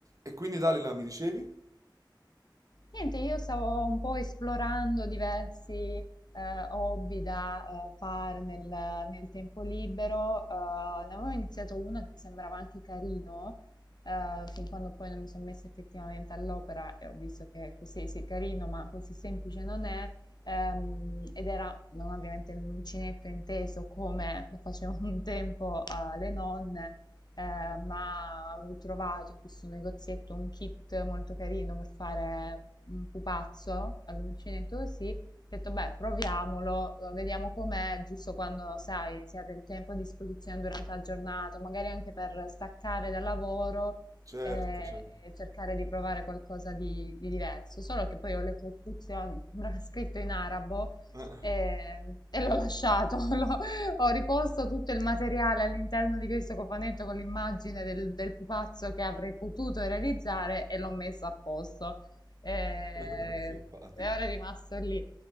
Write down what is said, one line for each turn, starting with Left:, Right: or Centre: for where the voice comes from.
Right: E quindi Dalila, mi dicevi?
Left: Niente, io stavo un po' esplorando diversi eh, hobby da eh, fare nel, nel tempo libero. eh, ne avevo iniziato uno che mi sembrava anche carino, eh, fin quando poi non mi sono messa effettivamente all'opera e ho visto che così sì, è carino, ma così semplice non è. ehm, ed era non ovviamente l'uncinetto inteso come lo facevano un tempo eh, le nonne, eh, ma avevo trovato in questo negozietto un kit molto carino per fare un pupazzo all'uncinetto così. Ho detto, beh, proviamolo, eh, vediamo com'è, giusto quando, sai, si ha del tempo a disposizione durante la giornata, magari anche per staccare dal lavoro
Right: Certo,
Left: eh,
Right: certo.
Left: e cercare di provare qualcosa di, di diverso. Solo che poi ho letto le istruzioni, <laughs> sembrava scritto in arabo
Right: Eh,
Left: e, e l'ho lasciato, <laughs> l'ho ho riposto tutto il materiale all'interno di questo cofanetto con l'immagine del, del pupazzo che avrei potuto realizzare e l'ho messo a posto. Eh,
Right: <laughs> Simpatica.
Left: e ora è rimasto lì.